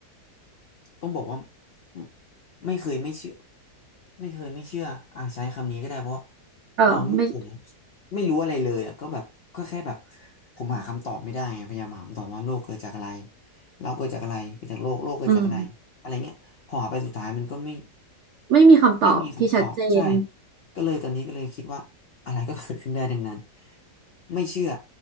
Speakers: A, on the left; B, on the right.
A: ต้องบอกว่าไม่ไม่เคยไม่เชื่อไม่เคยไม่เชื่ออ่าใช้คำนี้ก็ได้เพราะว่า
B: เออไม่
A: เราไม่ผมไม่รู้อะไรเลยอ่ะก็แบบก็แค่แบบผมหาคำตอบไม่ได้ไงพยายามหาคำตอบว่าโลกเกิดจากอะไรเราเกิดจากอะไรเกิดจากโลกโลกเกิดจากอะไรอะไรเงี้ยพอหาไปสุดท้ายมันก็ไม่
B: อืมไม่มีคำตอบที่ชัดเจน
A: ไม่มีคำตอบใช่ก็เลยตอนนี้ก็เลยคิดว่าอะไรก็เกิดขึ้นได้ดังนั้นไม่เชื่อ